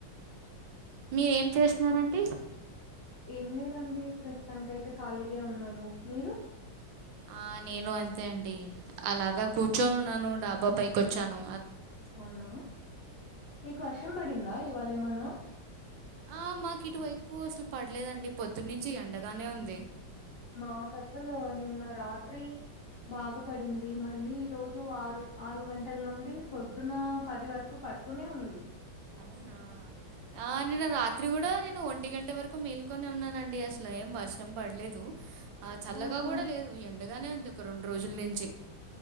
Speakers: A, on the right; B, on the left.
A: మీరేం చేస్తున్నారండి
B: ఏం లేదండి ప్రస్తుతానికైతే ఖాళీగా ఉన్నాను మీరు
A: ఆ నేను అంతే అండి అలాగా
B: ఓహో
A: కూర్చొనున్నాను డాబా పైకొచ్చాను
B: అవునా మీకు వర్షం పడిందా ఇవాళేమన్నా
A: ఆ మాకు ఇటువైపు అసలు పడలేదండి పొద్దు నుంచి ఎండగానే ఉంది
B: మా కసలు నిన్న రాత్రి బాగాపడింది మళ్ళీ ఈ రోజు ఆరు ఆరు గంటల్ నుండి పొద్దున పది వరకు పడుతూనే ఉంది
A: అవునా ఆ నిన్న రాత్రి కూడా నేను ఒంటి గంట వరకు మేల్కొనే ఉన్నానండి అసలు ఏం వర్షం పడలేదు ఆ చల్లగా
B: ఆహా
A: కూడా లేదు ఎండగానే ఉంది ఒక రెండు రోజుల నుంచి